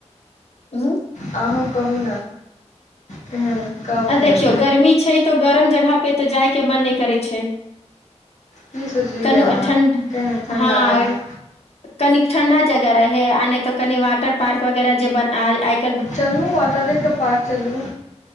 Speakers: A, on the left; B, on the left.
A: उँ।
B: अहूँ कहू ने तेन कब
A: आ
B: देबै।
A: देखियौ गर्मी छै। तो गरम जगह पे तो जाय के मन नहि करे छै।
B: की सोचलियै
A: कनो
B: अहाँ
A: ओ ठण्डा
B: केहन ठण्डा
A: हँ।
B: जगह
A: कनी ठण्डा जगह रहै आ नहि तऽ कनि वाटर पार्क वगैरह जे बनाबई जे।
B: चलू वाटरे के पास चलू।